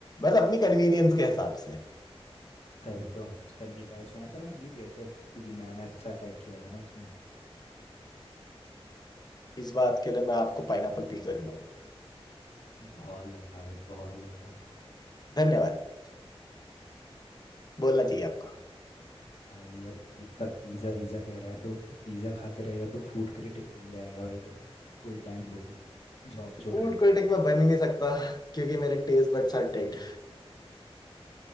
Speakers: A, on the left; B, on the left.
A: बस अपनी कन्वीनियंस के हिसाब से
B: तभी तो हम कुछ कर नहीं पाए उस वहाँ पर हम जीत गए थे क्योंकि मैंने अच्छा अटैक किया था ना उसमें
A: इस बात के लिए मैं आपको पाइनएप्पल पिज्जा खिलाऊंगा
B: बहुत गंदा भाई बहुत गंदा
A: धन्यवाद बोलना चाहिए आपको
B: भाई अब इतना पिज्ज़ा वीज़ा कह रहा है तो, तो पिज़्ज़ा खाते रहेगा तो फूड क्रिटिक बन जाएगा भाई तू फुल टाइम वो भी जॉब छोड़
A: फूड
B: के
A: क्रिटिक मैं बन ही नहीं सकता क्योंकि मेरे टेस्ट बड्स आर डेड